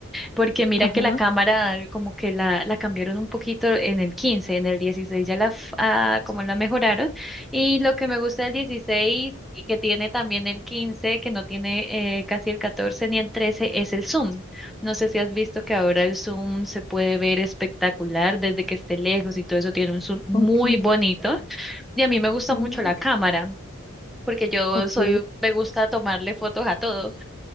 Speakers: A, in the centre; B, on the left.
A: Porque mira
B: Ajá,
A: que la cámara como que la, la cambiaron un poquito en el 15, en el 16 ya la f- ah, como la mejoraron. Y lo que me gusta del 16 y que tiene también el 15, que no tiene eh, casi el 14 ni el 13, es el zoom. No sé si has visto que ahora el zoom se puede ver espectacular desde que esté lejos y todo eso tiene un zoom muy
B: ok.
A: bonito. Y a mí me gusta
B: Uh,
A: mucho la cámara. Porque yo
B: ok,
A: soy, me gusta tomarle fotos a todo.